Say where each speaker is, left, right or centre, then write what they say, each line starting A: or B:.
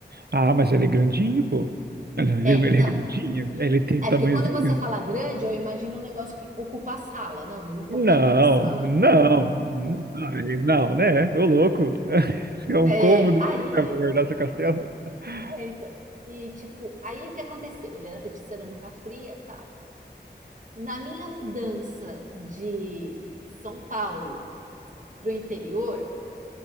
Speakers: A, on the right; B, on the right.
A: Ah, mas ele é grandinho, pô. Ele, ele
B: É,
A: ele
B: não.
A: é grandinho? Ele tem
B: É
A: tamanhozinho?
B: porque quando você fala grande, eu imagino um negócio que ocupa a sala. Não, ele não ocupava
A: Não,
B: <laughs> a sala
A: não. Ai, Não, né? Ô louco. <laughs> É um
B: É,
A: cômodo
B: aí,
A: que você vai guardar seu castelo. <laughs>
B: é, então, e tipo, aí o que aconteceu? Ele era feito de cerâmica fria e tal. Na minha mudança de São Paulo para o interior,